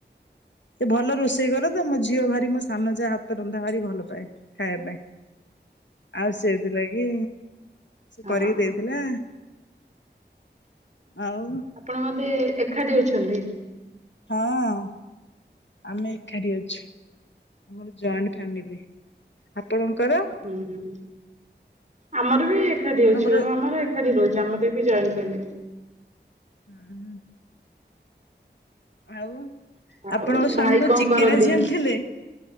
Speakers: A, on the left; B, on the right.
A: ସେ ଭଲ ରୋଷେଇ କଲ ତ ମୋ ଝିଅ ଭାରି ମୋ ସାନ ଯାହା ହାତ ରନ୍ଧା ଭାରି ଭଲ ପାଏ। ଖାଇବା ଆଉ ସେଇଥିଲା କି
B: ହଁ
A: ସେ କରିକି ଦେଇଥିଲା। ଆଉ
B: ଆପଣ ମତେ ଏକାଠି ଅଛନ୍ତି।
A: ହଁ ଆମେ ଏକାଠି ଅଛୁ। ଆମର ଜଏଣ୍ଟ ଫ୍ୟାମିଲି। ଆପଣଙ୍କର
B: ଉହୁଁ। ଆମର ବି ଏକାଠି
A: ଆପଣଙ୍କର
B: ଅଛୁ ଆମର ଏକାଠି ରହୁଛି ଆମର ଜଏଣ୍ଟ ଫ୍ୟାମିଲି।
A: ହୁଁ। ଆଉ
B: ଆଉ
A: ଆପଣଙ୍କ ସ୍ଵାମୀ
B: ଭାଇ
A: କ
B: କଣ
A: ଚିକେରାି
B: କରନ୍ତି?
A: ଆଣିଥିଲେ